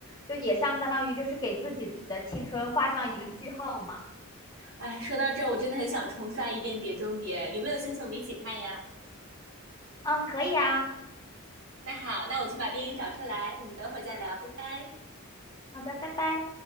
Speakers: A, on the left (about 20°); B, on the right (about 75°).
A: 就也相当于就是给自己的青春画上一个句号嘛。
B: 哎，说到这儿，我真的很想重刷一遍《碟中谍》，有没有兴趣我们一起看呀？
A: 嗯，可以啊，
B: 那好，那我去把电影找出来，
A: 嗯
B: 我们等会儿再聊，拜拜。
A: 好的，拜拜。